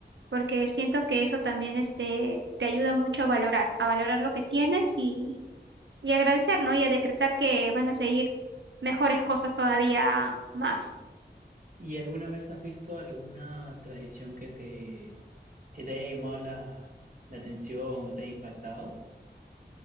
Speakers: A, on the right; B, on the right.
A: porque siento que eso también este, te ayuda mucho a valorar, a valorar lo que tienes y, y agradecer, ¿no? Y a decretar que van a seguir mejores cosas todavía más.
B: ¿Y alguna vez has visto alguna tradición que te, que te haya llamado la, la atención o te haya impactado?